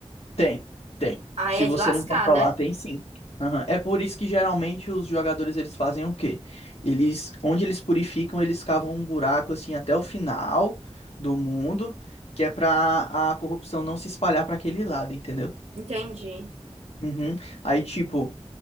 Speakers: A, on the left; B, on the right.
A: Tem, tem.
B: Aí
A: Se
B: é
A: você
B: de lascar,
A: não controlar,
B: né?
A: tem sim. Aham. É por isso que geralmente os jogadores eles fazem o quê? Eles, onde eles purificam, eles cavam um buraco assim até o final do mundo, que é pra a corrupção não se espalhar pra aquele lado, entendeu?
B: Entendi.
A: Uhum. Aí, tipo,